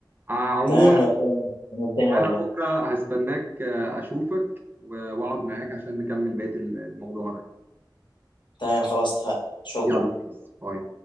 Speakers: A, on the right; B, on the left.
A: آه، عموما
B: تمام لو كده عملتني والله
A: انا بكرة هستناك آه، اشوفك و- واقعد معاك عشان نكمل بقية الموضوع ده
B: تمام خلاص اتفقنا شكرا
A: يلا بيس باي